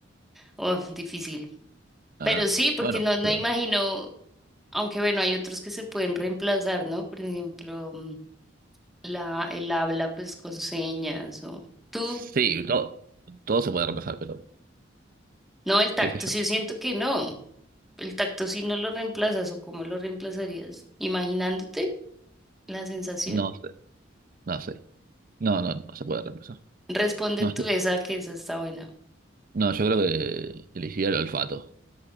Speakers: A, in the centre; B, on the right.
A: Oh, difícil.
B: Ah,
A: Pero sí, porque
B: bueno,
A: no, no
B: pero-
A: imagino, aunque bueno, hay otros que se pueden reemplazar, ¿no? Por ejemplo, mm, la, el habla pues con señas o tú.
B: sí, todo, todo se puede reemplazar, pero
A: No, el tacto
B: qué sé yo.
A: sí siento que no. El tacto sí no lo reemplazas o cómo lo reemplazarías, imaginándote la sensación.
B: No sé, no sé. No, no, no se puede reemplazar.
A: Responde
B: No
A: tú esa que esa está buena.
B: No, yo creo que elegiría el olfato.